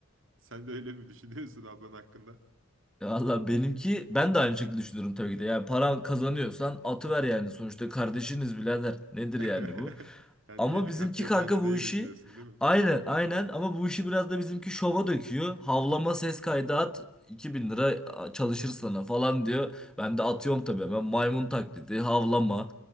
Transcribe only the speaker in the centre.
Valla benimki ben de aynı şekilde düşünüyorum tabii ki de. Yani paran kazanıyorsan atıver yani sonuçta kardeşiniz birader. Nedir
yani bu?
Ama
bizimki
kanka
bu işi
aynen aynen ama bu işi biraz da bizimki şova döküyor. Havlama ses kaydı at 2000 lira çalışır sana falan diyor. Ben de atıyorum tabii hemen maymun taklidi havlama